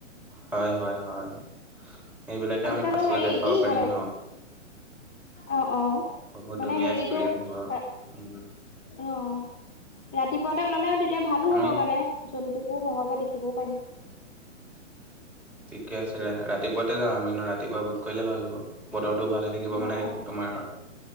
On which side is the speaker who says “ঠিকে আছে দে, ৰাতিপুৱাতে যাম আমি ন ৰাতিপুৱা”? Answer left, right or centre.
Centre